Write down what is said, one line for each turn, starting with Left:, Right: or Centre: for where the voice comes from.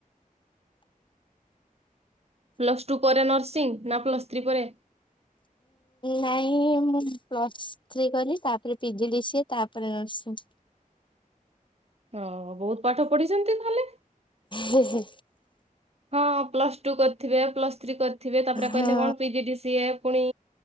Right: ପ୍ଲସ୍ ଟୁ ପରେ ନର୍ସିଂ ନା ପ୍ଲସ୍ ଥ୍ରୀ ପରେ?
Left: ନାଇଁ ମୁଁ ପ୍ଲସ୍ ଥ୍ରୀ କଲି ତାପରେ ପିଜିଡି ସିଏ ତାପରେ ନର୍ସିଂ।
Right: ହଁ ବହୁତ ପାଠ ପଢିଛନ୍ତି ତାହଲେ!
Left: ହେ ହେ।
Right: ହଁ ପ୍ଲସ ଟୁ କରିଥିବେ ପ୍ଲସ୍ ଥ୍ରୀ କରିଥିବେ ତାପରେ
Left: ହଁ
Right: କହିଲେ କଣ ପିଜିଡି ସିଏ। ପୁଣି